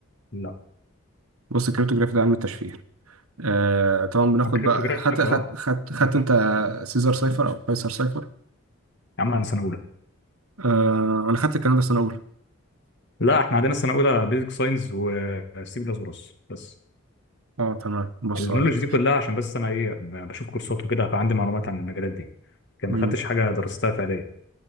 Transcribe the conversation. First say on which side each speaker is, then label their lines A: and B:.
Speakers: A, on the left; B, on the right.
A: لا
B: بص الكريپتوغرافي ده علم التشفير آه طبعا بناخد
A: كريبتوجرافي
B: بقى خدت خدت
A: اه
B: خدت خدت
A: ماشي
B: انت سيزار سايفر او قيصر سايفر
A: يا عم انا سنه اولى
B: آه انا خدت الكلام ده سنه اولى
A: لا احنا عندنا سنه اولى بيزك ساينس وسي بلس بلس بس
B: اه تمام بص
A: النولج
B: هقول لك
A: دي كلها عشان بس انا ايه ب- بشوف كورسات وكده فعندي معلومات عن المجالات دي لكن ما
B: امم
A: خدتش حاجه درستها فعليا